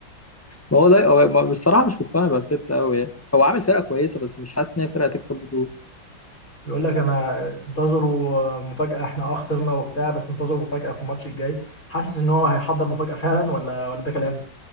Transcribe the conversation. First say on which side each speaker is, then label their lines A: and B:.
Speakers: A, on the left; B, on the left.
A: ما هو ده هو- ما- بصراحه مش مقتنع بارتيتا قوي يعني هو عامل فرقه كويسه بس مش حاسس ان هي فرقه تكسب بطوله
B: بيقول لك انا انتظروا مفاجأة احنا اه خسرنا وبتاع بس انتظروا مفاجأة في الماتش الجاي حاسس ان هو هيحضر مفاجأة فعلا ولا ولا ده كلام